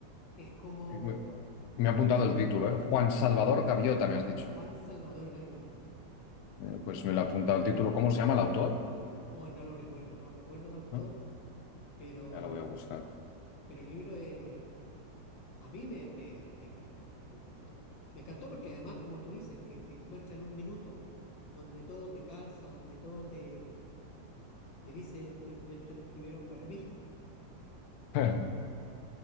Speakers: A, on the left (about 80°); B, on the left (about 70°).
A: es como
B: Me, me ha apuntado el título, ¿eh? Juan
A: eh,
B: Salvador Gaviota, me has dicho.
A: Juan Salvador Gaviota.
B: Eh, pues me lo ha apuntado el título. ¿Cómo se llama el autor?
A: Oh, no lo recuerdo, no recuerdo el autor,
B: ¿No?
A: pero,
B: Ya lo voy a buscar.
A: pero el libro es, A mí me, me, me encantó, me encantó. Me encantó porque además, como tú dices, que te encuentras en un minuto donde todo te calza, donde todo te, te dice, esto, esto lo escribieron para mí.
B: <laughs>